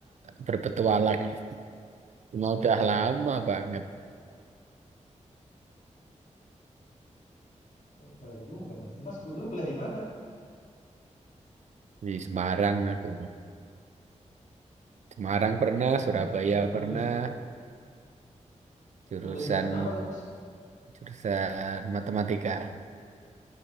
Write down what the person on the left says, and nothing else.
Oh, keren juga Mas. Mas dulu kuliah di mana?
Hmm,
ngambil
jurusan
ngambil jurusan apa tuh Mas?